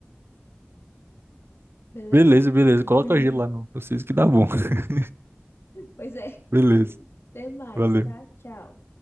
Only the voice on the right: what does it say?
Beleza, beleza.
Coloca o gelo lá no vocês que dá bom. <laughs>
Beleza.
Valeu.